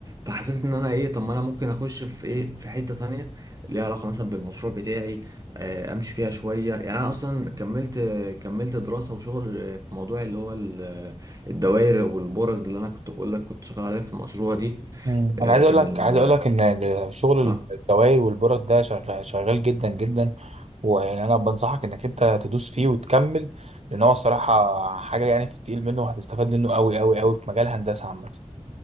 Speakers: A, on the right; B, on the right.
A: فحسيت إن أنا إيه طب ما أنا ممكن أخش في إيه في حتة تانية ليها علاقة مثلا بالمشروع بتاعي آه، أمشي فيها شوية يعني أنا أصلا كملت كملت دراسة وشغل آه، في موضوع اللي هو ال- الدوائر والبورد اللي أنا كنت بقول لك كنت شغال عليها في المشروع دي
B: مم.
A: آه،
B: انا عايز
A: كان
B: اقول لك عايز اقول لك ان شغل
A: اه
B: الدوائر والبرد ده شغال شغال جدا جدا ويعني انا بنصحك انك انت تدوس فيه وتكمل لان هو الصراحه حاجه يعني في التقيل منه وهتستفاد منه قوي قوي قوي في مجال هندسه عامه